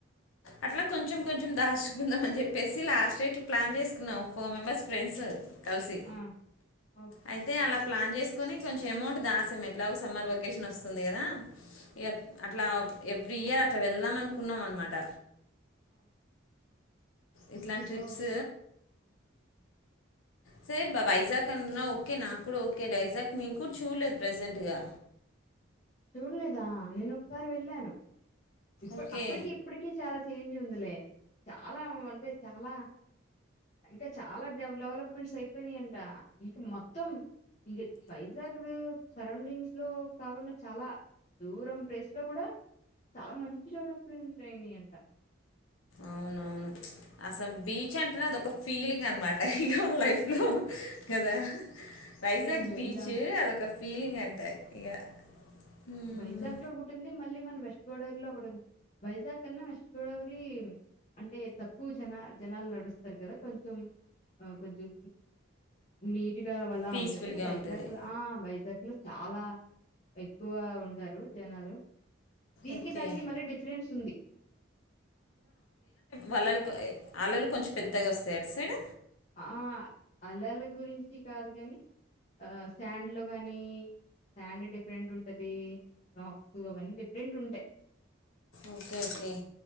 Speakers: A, on the left; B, on the left.
A: అట్లా కొంచెం కొంచెం దాచుకుందాం అని చెప్పేసి లాస్ట్ డేట్లు ప్లాన్ చేసుకున్నాం ఫోర్ మెంబెర్స్ ఫ్రెండ్స్ కలిసి
B: ఆ ఓకే
A: అయితే అలా ప్లాన్ చేసుకొని కొంచెం అమౌంట్ దాసాం ఎట్లాగో సమ్మర్ వెకేషన్ వస్తుంది కదా యా అట్లా ఎవ్రీ ఇయర్ అట్లా వెళ్దాం అనుకున్నాం అనమాట
B: ఆ
A: ఇట్లా ట్రిప్స్
B: ఓకే
A: దే బా వైజాగ్ అంటన్నావు ఓకే నాకు కూడా ఓకే అండి వైజాగ్ నేను కూడా చూడలేదు ప్రజెంట్గా
B: చూడలేదా నేను ఒకసారి వెళ్ళాను ఇప్పు
A: ఓకే
B: అప్పటికి ఇప్పటికి చాలా చేంజ్ ఉంది లే చాలా అంటే చాలా ఇంకా చాలా డె డెవలప్మెంట్స్ అయిపోయినాయంట ఇంకా మొత్తం ఇం వైజగదు సరౌండింగ్స్ లో కాకుండా చాలా దూరం ప్లేస్ లో కూడా చాలా మంచి డెవలప్మెంట్ అయినాయి అంట
A: అవునవును అసలు బీచ్ అంటేనే అద ఒక ఫీలింగ్ అనమాట ఇక లైఫ్ లో కదా వైజాగ్
B: హ్మ్ వెళ్ళాం
A: బీచ్ అదొక ఫీలింగ్ అంటాయి ఇక మ్మ్.
B: వైజాగ్ లో ఒకటి ఉంది మళ్ళీ మనం వెస్ట్ గోదావరిలో ఒకటి ఉంది వైజాగ్ కన్నా వెస్ట్ గోదావరి అంటే తక్కువ జనా జనాలు నడుస్తారు కదా కొంచెం ఆ కొంచం నీట్ గా వలా
A: పీస్ఫుల్గా
B: ఉంటది వైజాగ్
A: ఉంటుంది
B: లో ఆ వైజాగ్ లో చాలా ఎక్కువ ఉంటారు జనాలు దీనికి
A: ఓకే
B: దానికి మళ్ళీ డిఫరెన్స్ ఉంది
A: వాళ్ళలు
B: ఆహ్,
A: అల్లలు కొంచెం పెద్దగా
B: ఆహ్,
A: వస్తాయ అటు సైడ్
B: ఆ అల్లల గురించి కాదు కాని ఆ శెండ్ లో కాగానీ శాండ్ డిఫరెంట్ ఉంటది రాక్స్ అవన్నీ డిఫరెంట్ ఉంటాయి
A: okay okay